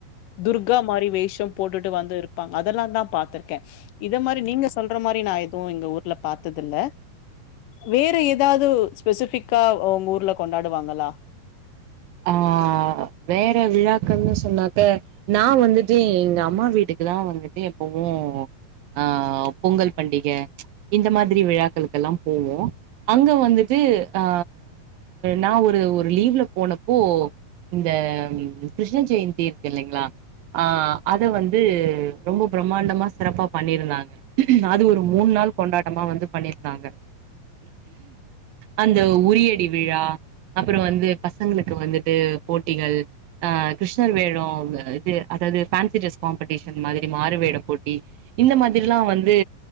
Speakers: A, on the left; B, on the right.
A: துர்கா மாரி வேஷோ போட்டுட்டு வந்து இருப்பாங்க அதெல்லா தா பாத்திருக்கே இத மாரி நீங்க சொல்ற மாரி நா எதுவு எங்க ஊர்ல பாத்தது இல்ல வேற ஏதாது ஸ்பெசிஃபிக்கா உங்க ஊர்ல கொண்டாடுவாங்களா
B: ஆ வேற விழாக்குன்னு சொன்னாக்க நா வந்துட்டு எங்க அம்மா வீட்டுக்கு தா வந்துட்டு எப்பவு அ பொங்கல் பண்டிக இந்த மாரி விழாக்களுக்கு எல்லா போவோ அங்க வந்துட்டு ஆ நா ஒரு ஒரு லீவ்ல போனப்போ இந்த கிருஷ்ண ஜெயந்தி இருக்கு இல்லைங்ளா ஆ அத வந்து ரொம்ப பிரம்மாண்டமா சிறப்பா பண்ணிருந்தாங்க அது ஒரு மூண் நாள் கொண்டாட்டமா வந்து பண்ணி இருந்தாங்க அந்த உறியடி விழா அப்றோ வந்து பசங்களுக்கு வந்துட்டு போட்டிகள் அ கிருஷ்ணர் வேடோ இது அதாவது ஃபோன்சி ட்ரெஸ் காம்படிஷன் மாரி மாறு வேடோ போட்டி இந்த மாதிரிலா வந்து